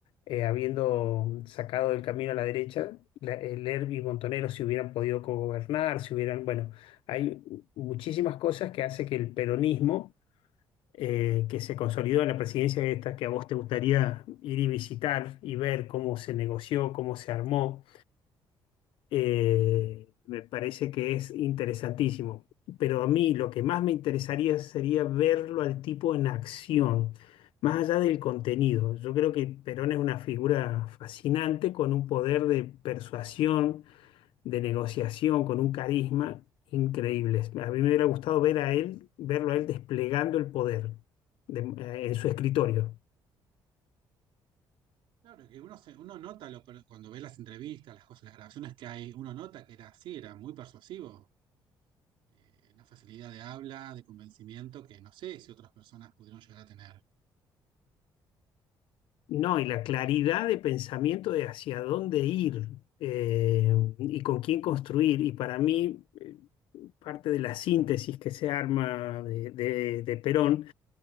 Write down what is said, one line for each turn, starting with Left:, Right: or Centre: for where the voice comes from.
Left: eh, habiendo sacado del camino a la derecha, la- eh, Lerby y Montonero si hubieran podido gobernar, si hubieran, bueno, hay muchísimas cosas que hace que el peronismo, eh, que se consolidó en la presidencia esta, que a vos te gustaría ir y visitar y ver cómo se negoció, cómo se armó eh, me parece que es interesantísimo. Pero a mí lo que más me interesaría sería verlo al tipo en acción, más allá del contenido. Yo creo que Perón es una figura fascinante con un poder de persuasión, de negociación, con un carisma increíble. A mí me hubiera gustado ver a él, verlo a él desplegando el poder de- eh, en su escritorio.
Right: claro que uno, se, uno nota lo, cuando ve las entrevistas, las cosas, las grabaciones que hay, uno nota que era así, era muy persuasivo eh, una facilidad de habla, de convencimiento que no sé si otras personas pudieron llegar a tener.
Left: No, y la claridad de pensamiento de hacia dónde ir eh, y con quién construir. Y para mí, eh, parte de la síntesis que se arma de, de- de Perón